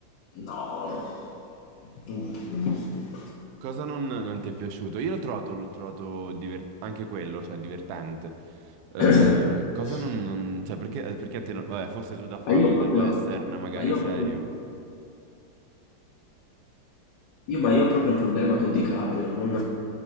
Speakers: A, on the left; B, on the right.
A: No, no. Mm.
B: Cosa non, non ti è piaciuto? Io l'ho trovato, l'ho trovato divert- anche quello, cioè divertente. Eh,
A: <clears throat>
B: cosa non, non- Cioè, perché, eh, perché a te non- Vabbè, forse tu da fan
A: Ma io proprio,
B: del western, magari
A: ma io
B: serio.
A: proprio Io, ma io ho proprio un problema con DiCaprio, non,